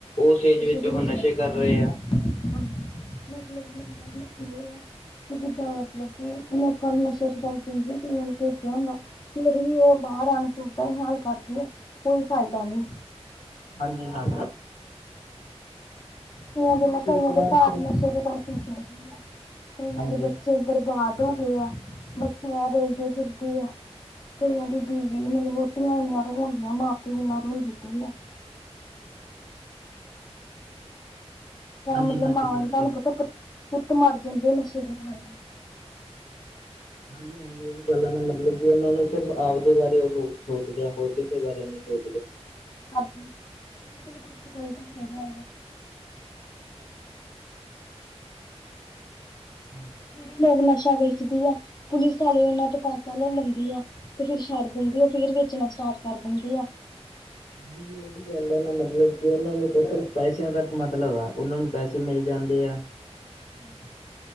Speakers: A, on the left; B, on the left.
A: ਉਸ ਏਜ ਵਿੱਚ
B: ਦੇ
A: ਉਹ ਨਸ਼ੇ
B: ਲੱਗੇ
A: ਕਰ
B: ਹੋਏ
A: ਰਹੇ ਆ।
B: ਮਤਲਬ ਨ ਕਿ ਆ ਜਿੱਦਾਂ ਮਤਲਬ ਕਿ ਲੋਕਾਂ ਨੂੰ ਨਸ਼ਾ ਸੁਡਾ ਕਹਿੰਦੀ ਤੇ ਮਨ ਨੂੰ ਫੇਿਆਦਾ ਫੇਿਰ ਹੀ ਉਹ ਬਾਹਰ ਅਣਪਟਦਾ ਹੀ ਹਾਲ ਕਰਦੀ ਹੈ ਕੋਈ ਫਾਇਦਾ ਨੀ
A: ਹਾਂਜੀ ਹਾਂ
B: ਕਈਆਂ ਦੇ ਮੈਂ ਕਈਆਂ
A: ਇੱਕ
B: ਦੇ
A: ਵਾਰ
B: ਘਰ
A: ਫਿਰ
B: ਨਸ਼ੇ ਦੇ ਤਨ ਪੀਜਣ ਆ ਕ ਕਦੇ
A: ਹਾਂਜੀ
B: ਬੱਚੇ ਬਰਬਾਦ ਹੋ ਗਏ ਆ ਬੱਚੇ ਆ ਰੋਲਦੇ ਫਿਰਦੇ ਆ। ਕਈਆਂ ਦੀ ਦੀਵੀ ਮਤਲਬ ਵਹੁਤੀੀਆਂ ਆਂ ਰਵਾਉਂਦੀਆਂ ਮਾਂ ਪਿਵ ਨਾਲ ਰੋਂਉਦੀ ਕਈ ਹੈ
A: ਹਾਂਜੀ
B: ਮਤਲਬ
A: ਹਾਂਜੀ
B: ਮਾਵਾਂ
A: ਬਿਲਕੁਲ
B: ਨੇ ਤੁਹਾਨੂੰ ਪਤਾ ਪੁੱ ਪੁੱਤ ਮਰ ਜਾਂਦੇ ਆ ਨਸ਼ੇ ਦੇ ਕਾਰਨ।
A: ਹਾਂਜੀ ਹਾਂਜੀ ਉਹ ਵੀ ਗੱਲਾਂ ਨੇ ਮਤਲਬ ਕਿ ਉਹਨਾਂ ਨੂੰ ਸਿਰਫ ਆਪਦੇ ਬਾਰੇ ਉਹ ਸੋਚਦੇ ਆ ਹੋ। ਬਾਰੇ ਸੋ
B: ਹਾਂਜੀ ਕੁਛ <inaudible> <unintelligible>
A: ਹਮ।
B: ਜਿਹੜੇ ਲੋਕ ਨਸ਼ਾ ਵੇਚਦੀ ਆ ਪੁਲਿਸ ਵਾਲੇ ਉਹਨਾਂ ਤੋਂ ਪੈਸਾ ਲੈ ਲੈਂਦੀ ਆ। ਤੇ ਫੇਰ ਛੱਡ ਦਿੰਦੀ ਆ ਫ਼ੇਰ ਵੇਚਣਾ ਸਟਾਰਟ ਕਰ ਦਿੰਦੀ ਆ।
A: ਹਾਂਜੀ ਉਹੀ ਗੱਲ ਐ ਨਾ ਮਤਲਬ ਕਿ ਉਹਨਾਂ ਨੂੰ ਤਾਂ ਸਿਰਫ ਪੈਸਿਆਂ ਤੱਕ ਮਤਲਬ ਆ। ਉਹਨਾਂ ਨੂੰ ਪੈਸੇ ਮਿਲ ਜਾਂਦੇ ਆ।
B: ਹਮ।